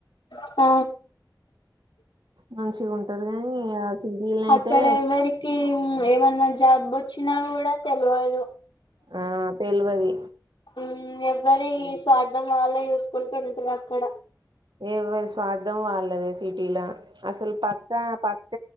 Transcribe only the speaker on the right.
మంచిగా ఉంటారు నీ ఇంకా సిటీల అయితే
ఆ తెలివది
ఏ మరి స్వార్థం వాళ్ళదే ఇలా అసలు పక్కా పక్క